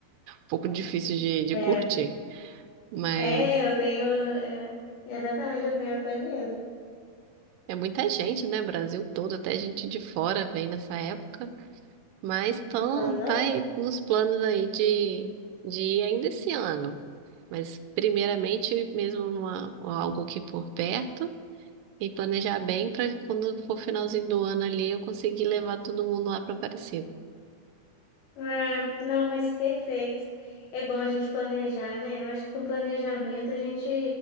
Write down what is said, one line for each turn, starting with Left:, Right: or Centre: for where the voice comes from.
Right: pouco difícil de, de
Left: é,
Right: curtir. Mas
Left: é, eu tenho. É, é verdade, eu tenho até medo.
Right: é muita gente, né? Brasil todo, até gente de fora vem nessa época. Mas tão,
Left: Pois
Right: tá
Left: é.
Right: aí nos planos aí de, de ir ainda esse ano. Mas primeiramente mesmo numa, algo aqui por perto e planejar bem para quando for finalzinho do ano ali eu conseguir levar todo mundo lá para Aparecida.
Left: Ah, não, mas perfeito. É bom a gente planejar, né? Eu acho que com planejamento a gente